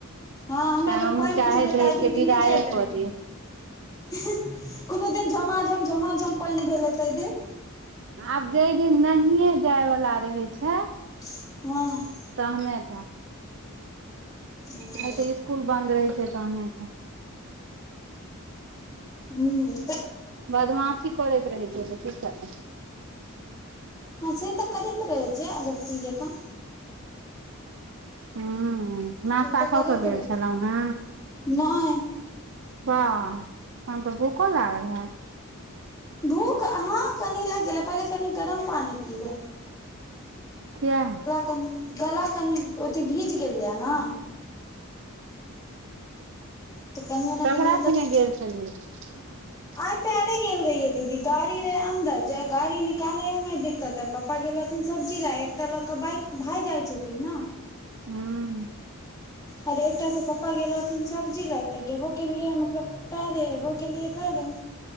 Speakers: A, on the left; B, on the right.
A: ह हमरा
B: तऽ
A: भेल
B: हमहूँ
A: पैन
B: चाहैत
A: होइै छले त
B: रहै
A: आय
B: छियै
A: दीदी
B: विदाए
A: नहि जाय दने
B: कऽ दियै
A: हैं कोनो दिन झमा झम झमा झम पानि भेलै तहि दिन
B: आब जय दिन नहिये जाय वला रहै छै।
A: ह
B: तहने ट
A: ओ
B: नहि तऽ इसकुल बंन्द रहै छै तहने ट
A: हू।
B: बदमाशी करैत रहै छैय
A: ह से तऽ करैत रहे छै अगत्ती जकाँ
B: हु हु नाश्ता
A: से तऽ
B: कऽ
A: करैत
B: कऽ भेल
A: रहै
B: छलहुँ हे
A: छै नहि
B: बाह तहन तऽ भूको लागे हैत।
A: भूख ह कनि लागि गेले पहिले कनि गरम पानी पीबे
B: किया।
A: कनी गला कनि अथी भीज गेलिये ने। तऽ कनियो ने
B: ककरा
A: कनियो
B: संगे
A: तऽ
B: गेल छलियै <inaudible>
A: आइ पैरे गेल रहियै दीदी गाड़ी रहै अन्दर जे गाड़ी निकाले ह मे दिक्कत पप्पा गेल रहथिन सब्जी ला एकटा लऽ कऽ बाइक भागि आएल छलथिन न
B: हूँ
A: अरे एकटा स-से पप्पा गेल रहथिन सब्जी लए तऽ गेबो केलियै मतलब पैरे एबो केलिये पैरे